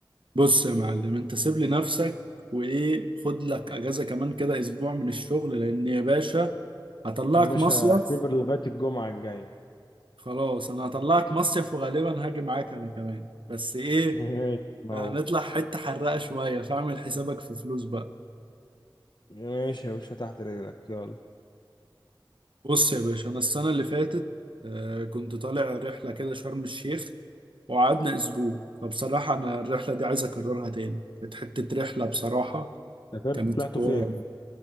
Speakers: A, on the right (about 75°); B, on the left (about 60°).
A: بص يا معلم انت سيب لي نفسك وايه خد لك اجازه كمان كده اسبوع من الشغل لان يا باشا هطلعك
B: يا باشا
A: مصيف
B: اعتبر لغايه الجمعه الجايه
A: خلاص انا هطلعك مصيف وغالبا هاجي معاك انا كمان بس ايه
B: <laughs> ماشي ما
A: هنطلع
B: هو
A: حته حرقه شويه فاعمل حسابك في فلوس بقى
B: ماشي يا باشا تحت رجلك يلا
A: بص يا باشا انا السنه اللي فاتت آه، كنت طالع رحله كده شرم الشيخ وقعدنا اسبوع فبصراحه انا الرحله دي عايز اكررها تاني كانت حته رحله بصراحه
B: سافرت
A: كانت
B: طلعتوا
A: حوار.
B: فين